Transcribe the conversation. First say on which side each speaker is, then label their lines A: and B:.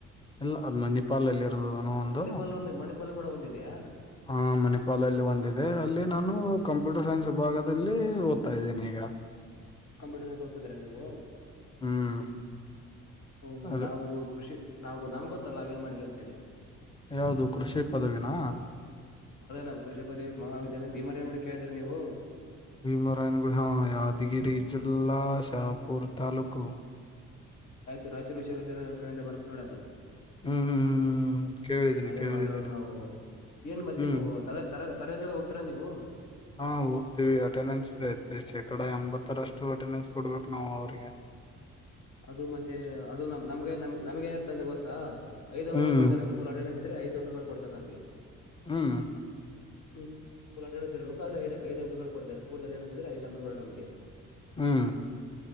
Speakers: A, on the left; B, on the left.
A: ಇಲ್ಲ ಮಣಿಪಾಲ್ ಅಲ್ಲಿ ಇರೋದು ಇನ್ನೊಂದು.
B: ಮಣಿಪಾಲ್ ಒಂದು ಮಣಿಪಾಲ್ ಕೂಡ ಒಂದಿದೆಯಾ <unintelligible>
A: ಹಾ, ಮಣಿಪಾಲಲ್ಲಿ ಒಂದಿದೆ ಅಲ್ಲಿ ನಾನು ಕಂಪ್ಯೂಟರ್ ಸೈನ್ಸ್ ವಿಭಾಗದಲ್ಲಿ ಓದ್ತಾ ಇದ್ದೀನಿ ಈಗ.
B: ಕಂಪ್ಯೂಟರ್ನ ಸೈನ್ಸ ಓತಿದೀರಾ ನೀವು.
A: ಹ್ಮ್,
B: ಹ್ಮ್,
A: ಅದೇ
B: ನಾವು ಕೃಷಿ ನಾವು ನಮ್ ಗೊತ್ತಲ್ಲಾ ಏನ್ ಮಾಡೀವಿ ಅಂತ ಹೇಳಿ.
A: ಯಾವುದು ಕೃಷಿ ಪದವಿನಾ
B: ಅದೇ ನಮ್ ಕೃಷಿಪದವಿ ಮಹಾವಿದ್ಯಾಲಯ ಭೀಮರಾಯನಗುಡಿ ಕೇಳಿದ್ರಾ ನೀವು.
A: ಭೀಮರಾಯನಗುಡಿ ಹಾ, ಯಾದಗಿರಿ ಜಿಲ್ಲಾ ಶಾಹಪೂರ್ ತಾಲೂಕು.
B: ರೈಯಾಚೂರ್ ರೈಯಚೂರು ವಿಶ್ವವಿದ್ಯಾಲಯಾ ಅವರ ಕಡೆಯಿಂದ ಬರ್ತ್ ನೋಡಿ ಅದು.
A: ಹ್ಮ್ ಹ್ಮ್ ಹ್ಮ್ ಹ್ಮ್ ಕೇಳಿದ್ದೀನಿ
B: ಅದೇ
A: ಕೇಳಿದ್ದೀನಿ
B: ಮಾಡ್ರೋದು ನಾವು ಏನ್ ಮತ್ತ.
A: ಹ್ಮ್
B: ತರ ತರಗತಿಗಳು ಹೋಗ್ತರಾ ನೀವು.
A: ಹಾ ಹೋಗ್ತೀವಿ ಅಟೆಂಡೆನ್ಸ್ ಇದೆ ಶೇಕಡಾ ಎಂಬತ್ತರಷ್ಟು ಅಟೆಂಡೆನ್ಸ್ ಕೊಡ್ಬೇಕು ನಾವು ಅವ್ರಿಗೆ.
B: ಅದು ಮತ್ತೆ ಅದು ನಮ್ಗೆ ನಮ್ ನಮ್ಗ ಏನ ಇರ್ತ ಅಂದ ಗೊತ್ತಾ ಐದ್ ಅಂಕಗಳು
A: ಹ್ಮ್
B: ಕೊಡ್ತಾರೆ. ಫುಲ್ ಅಟೆಂಡಾನ್ಸ್ ಇದ್ರೆ ಐದು ಅಂಕಗಳು ಕೊಡ್ತಾರೆ ನಮಗೆ.
A: ಹ್ಮ್
B: ಹ್ಮ್ ಪುಲ್ ಅಡಡೆನ್ಸ್ ಇರಬೇಕು ಆದ್ರೆ ಐದು ಅಂಕಗಳು ಕೊಡ್ತಾರೆ ಅಡಡೆನ್ಸ್ ಇದ್ರೆ ಐದು ಅಂಕಗಳು ನಮಗೆ.
A: ಹ್ಮ್